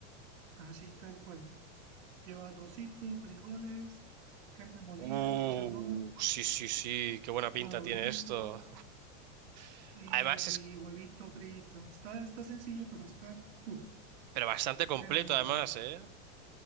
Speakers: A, on the right; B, on the right.
A: así tal cual. Lleva arrocito, frijoles, carne molida,
B: Uh,
A: chicharrón,
B: sí, sí, sí, qué buena pinta
A: madurito
B: tiene esto. <laughs>
A: y
B: Además es
A: huevito frito. Está, está sencillo, pero está, uff,
B: Pero bastante completo
A: créame que
B: además,
A: sí.
B: ¿eh?